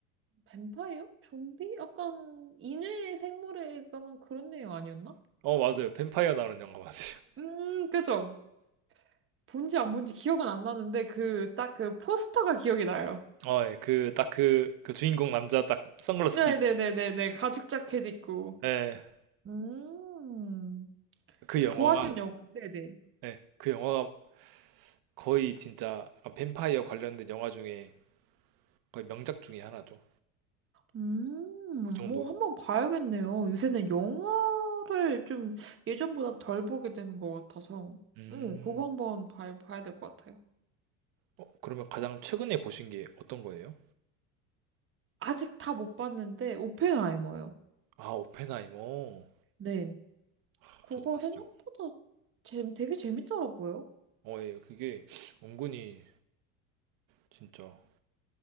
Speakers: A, on the right; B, on the right.
A: 뱀파이어? 좀비? 약간 인외 생물에 관한 그런 내용 아니었나?
B: 어 맞아요 뱀파이어 나오는 영화 맞아요.
A: 음, 그죠? 본지 안 본지 기억은 안 나는데 그 딱 그 포스터가 기억이 나요.
B: 네어예그딱그 그딱 그, 그 주인공 남자 딱 선글라스
A: 네네네네네
B: 끼고
A: 가죽 자켓 입고
B: 예 그
A: 음,
B: 영화가
A: 좋아하시는 영화. 네네.
B: 예 그 영화가 거의 진짜 약간 뱀파이어 관련된 영화 중에 거의 명작 중에 하나죠.
A: 음,
B: 그 정도로.
A: 뭐 한번 봐야겠네요. 요새는 영화를 좀 예전보다 덜 보게 되는 것 같아서.
B: 음.
A: 응, 그거 한번 봐, 봐야 될 것 같아요.
B: 어, 그러면 가장 최근에 보신 게 어떤 거예요?
A: 아직 다 못 봤는데, 오펜하이머요.
B: 아, 오펜하이머.
A: 네.
B: 아,
A: 그거
B: 저도 봤죠.
A: 생각보다 재미, 되게 재밌더라고요.
B: 어, 예, 그게 은근히 진짜